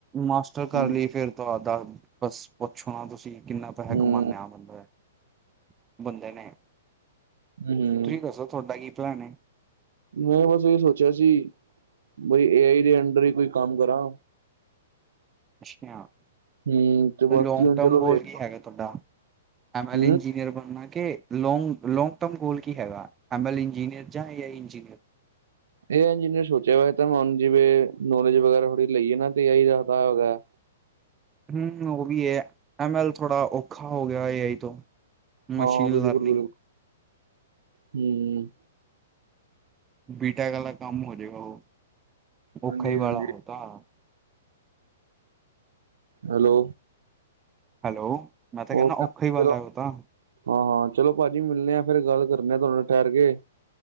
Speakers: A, on the right; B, on the right.
A: ਮਾਸਟਰ ਕਰ
B: ਹੂੰ
A: ਲਈ ਫਿਰ ਤੋਂ ਆਦ ਬਸ ਪੁੱਛੋ ਨਾਂ ਤੁਸੀਂ ਕਿੰਨਾਂ ਪੈਸਾ
B: ਹੂੰ
A: ਕਮਾਨੇ ਏ ਆ ਬੰਦੇ ਬੰਦੇ ਨੇਂ,
B: ਹੂੰ
A: ਤੁਸੀਂ ਦੱਸੋ ਤੁਹਾਡਾ ਕੀ ਪਲੈਨ ਹੈ?
B: ਮੈਂ ਬਸ ਇਹ ਸੋਚਿਆ ਸੀ, ਬਈ ਏ ਆਈ ਦੇ ਅੰਡਰ ਹੀ ਕੋਈ ਕੰਮ ਕਰਾਂ।
A: ਅੱਛਾ।
B: ਹੂੰ ਤੇ ਬਾਕੀ
A: ਲੋਂਗ
B: ਹੁਣ
A: ਟਰਮ
B: ਚਲੋ
A: ਗੋਲ
B: ਵੇਖ
A: ਕੀ ਹੈਗਾ ਤੁਹਾਡਾ, ਐਮ ਐੱਲ
B: ਹੂੰ
A: ਇੰਜੀਨੀਅਰ ਬਣਨਾ ਕੇ। ਲੌਗ-ਲੌਂਗ ਟਰਮ ਗੋਲ ਕੀ ਹੈਗਾ, ਐਮ ਐੱਲ ਇੰਜੀਨੀਅਰ ਜਾਂ ਏ ਆਈ ਇੰਜੀਨੀਅਰ।
B: ਏ ਆਈ ਇੰਨੀਅਰ ਸੋਚਿਆ ਵੈਸੇ ਤਾਂ ਮ ਜਿਵੇਂ, ਨੋਲੇਜ ਵਗੈਰਾ ਥੋੜੀ ਲਈਏ ਨਾ ਤੇ ਇਹੀ ਰੱਖਦਾ ਹੈ।
A: ਹੂੰ, ਹੂੰ ਉਹ ਵੀ ਹੈ ਐਮ ਐਲ ਥੋੜਾ ਔਖਾ ਗਿਆ ਏ ਆਈ ਤੋਂ ਮਸ਼ੀਨ
B: ਹਾਂ ਬਿਲਕੁਲ
A: ਲਰਨਿੰਗ।
B: ਬਿਲਕੁਲ ਹੂੰ।
A: ਬੀ ਟੈਕ ਵਾਲਾ ਕੰਮ ਹੋ ਜੇਗਾ ਉਹ, ਔਖਾ
B: ਹਾਂਜੀ
A: ਹੀ ਵਾਲਾ
B: ਹਾਂਜੀ
A: ਉਹ ਤਾਂ।
B: ਹੈਲੋ।
A: ਹੈਲੋ, ਮੈਂ ਤਾਂ ਕਹਿੰਨਾਂ
B: ਓਕੇ
A: ਔਖਾ ਹੀ ਬਾਲਾ
B: ਚਲੋ
A: ਉਹ ਤਾਂ।
B: ਹਾਂ-ਹਾਂ ਚਲੋ ਭਾਜੀ ਮਿਲਣੇ ਹਾਂ ਫਿਰ ਗੱਲ ਕਰਨੇ ਹਾਂ ਤੁਹਾਡੇ ਨਾਲ ਠਹਿਰ ਕੇ।